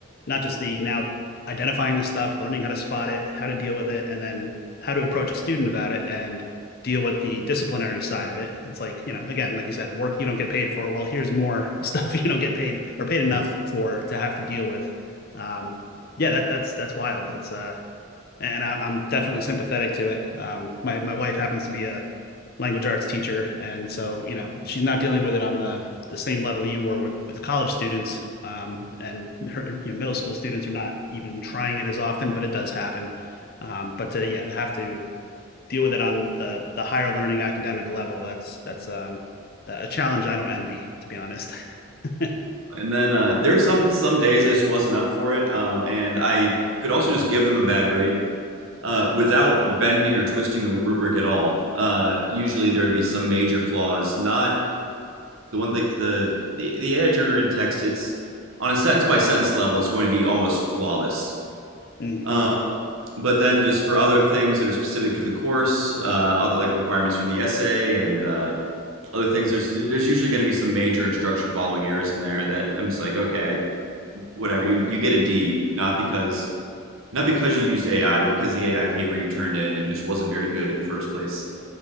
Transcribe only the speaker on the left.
not just the now identifying this stuff, learning how to spot it, how to deal with it, and then how to approach a student about it. And deal with the disciplinary side of it. It's like, you know, again, like you said, work you don't get paid for. Well, here's more <laughs> stuff you don't get paid or paid enough
for to have to deal with. Um, yeah, that that's that's wild. That's uh, and I, I'm definitely sympathetic to it. Um, my my wife happens to be a language arts teacher, and so you know, she's not dealing with it on the the same level you were with with college students. Um, and her, you know, middle school students are not even trying it as often, but it does happen. Um, but to yeah, to have to deal with it on the the higher learning academic level that's that's um a challenge i don't envy to be honest <laughs>
Mhm.